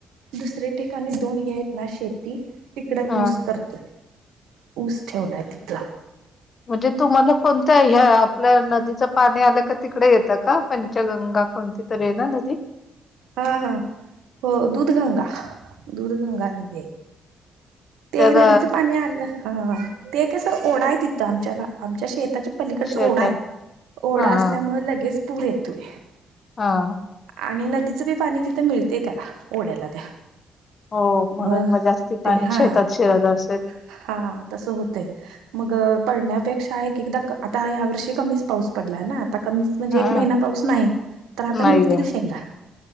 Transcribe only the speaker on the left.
हा
म्हणजे, तुम्हाला कोणत्या? ह्या आपल नदीच पाणी आलं का? तिकडे येतं का पंचग गंगा कोणती तरी, आहे ना नदी
त्या
ग
शेतात
हा
हा
हा.
हो म्हणून
म जास्ती
पाणी
शेतात शिरत असेल.
हा
नाहीये